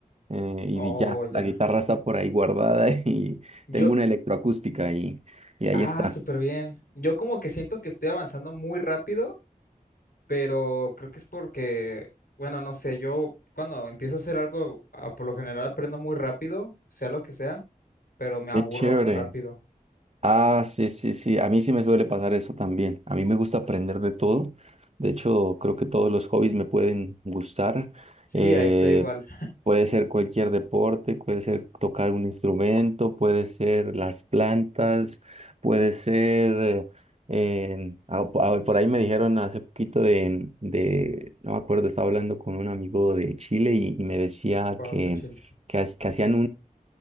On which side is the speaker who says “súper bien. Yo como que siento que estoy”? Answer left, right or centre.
Left